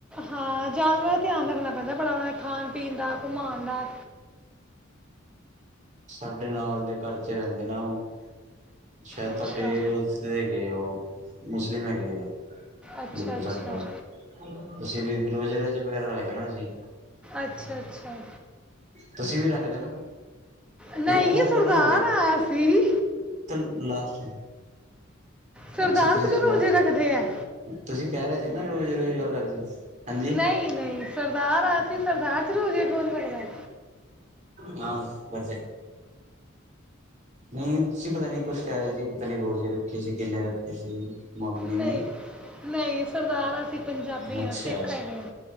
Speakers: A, in the centre; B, on the right.
A: ਹਾਂ, ਜਾਨਵਰਾਂ ਦਾ ਧਿਆਨ ਰੱਖਣਾ ਪੈਂਦਾ ਬੜਾ। ਉਨਾਂ ਦੇ ਖਾਣ ਪੀਣ ਦਾ, ਘੁਮਾਣ ਦਾ।
B: ਸਾਡੇ ਨਾਲ ਦੇ ਘਰ ਚ ਰਹਿੰਦੇ ਨਾ ਉਹ। ਸ਼ਾਇਦ
A: ਅੱਛਾ
B: ਤੁਹਾਡੇ ਓ <unintelligible> ਹੈਗੇ ਐ, ਉਹ ਮੁਸਲਿਮ ਹੈਗੇ ਆ।
A: ਅੱਛਾ
B: ਬਿਲਕੁਲ
A: ਅੱਛਾ
B: ਸਾਡੇ ਨਾਲ। ਤੁਸੀਂ ਵੇਖ ਲੋ <inaudible> ਵਗੈਰਾ ਰਖਦੇ ਨਾ ਅਸੀ।
A: ਅੱਛਾ-ਅੱਛਾ।
B: ਤੁਸੀਂ ਵੀ ਰੱਖਦੇ ਨਾ?
A: ਨਹੀਂ
B: ਵੋ-ਵੋ
A: ਸਰਦਾਰ
B: ਖਤਮ ਹੋ ਗਏ।
A: ਆਇਆ ਸੀ
B: ਚੱਲ ਲਾਸਟ।
A: ਸਰਦਾਰ
B: ਅੱਛਾ ਤੁਸੀਂ
A: ਕਦੋਂ ਰੋਜੇ
B: ਹੋ
A: ਰੱਖਦੇ ਐ?
B: ਤੁਸੀਂ ਕਹਿ ਰਹੇ ਸੀ ਨਾ, ਰੋਜ਼ ਰੋਜਜ਼ੇ ਦੀ ਗਲ੍ਹ ਕਰ ਰਹੇ ਸੀ। ਹਾਂਜੀ
A: ਨਹੀਂ-ਨਹੀਂ, ਸਰਦਾਰ ਆ ਅਸੀਂ, ਸਰਦਾਰ ਚ ਰੋਜੇ ਕੌਣ ਰੱਖਦੈ?
B: ਮਾਸ ਬਰਸੇ, ਨਹੀਂ। ਤੁਸੀ ਪਤਾ ਨੀ ਕੁਛ ਕਹਿ ਰਹੇ ਸੀ। ਪਤਾ ਨੀ ਰੋਜ਼ੇ ਰੱਖੇ ਸੀ, ਕਿੰਨੇ ਰੱਖੇ ਸੀ? ਮੰਮੀ ਨੇ
A: ਨਹੀਂ- ਨਹੀਂ, ਸਰਦਾਰ ਹਾਂ ਅਸੀਂ। ਪੰਜਾਬੀ
B: ਅੱਛਾ
A: ਆ, ਸਿੱਖ ਹੈਗੇ ਆ,